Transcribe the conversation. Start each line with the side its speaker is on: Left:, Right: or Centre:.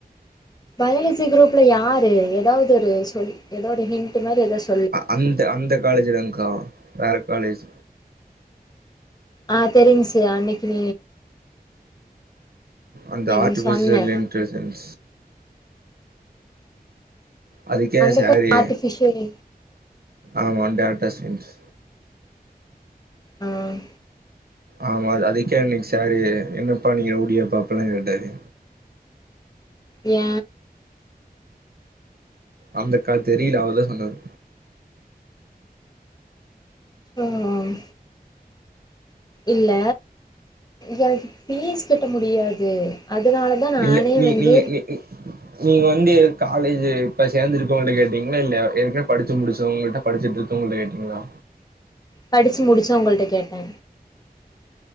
Left: பயாலஜி குரூப்ல யாரு எதாவது ஒரு சொல் எதாவது ஒரு ஹிண்ட் மாரி எதோ சொ
Right: அந்த அந்த காலேஜ் ல்லங்கா வேற காலேஜ்
Left: ஆ தெரிஞ்சி அன்னக்கி
Right: அந்த ஆர்டிபிசியல்
Left: நீ சொன்ன
Right: இன்டெலிஜென்ஸ் அதுக்கே
Left: அந்த
Right: சாரு
Left: ப ஆர்ட்டிபிஷியல்
Right: ஆமா டாக்டர் சென்ஸ்
Left: ம்
Right: ஆமா அது அதுக்கே அன்னக் சாரு என்னப்பா நீங்க ரௌடியாப்பா அப்பில்லா கேட்டாரு
Left: ஏ
Right: அந்தகால் தெரியல அவர் தா சொன்னாரு
Left: ம் ம் இல்ல எனக்கு பீஸ் கட்ட முடியாது அதுனாலதா நானே
Right: இல்ல நீ
Left: வந்து
Right: நீ நீ நீ- நீங்க வந்து காலேஜ் இப்ப சேந்துருக்கவுங்கள்ட்ட கேடீங்ளா இல்ல ஏற்கனவே படுச்சு முடுச்சவங்கிட்ட படுச்சுட் இரு கவுங்கள்ட்ட கேடீங்ளா
Left: படுச்சு முடுச்சவுங்கள்ட்ட கேட்டே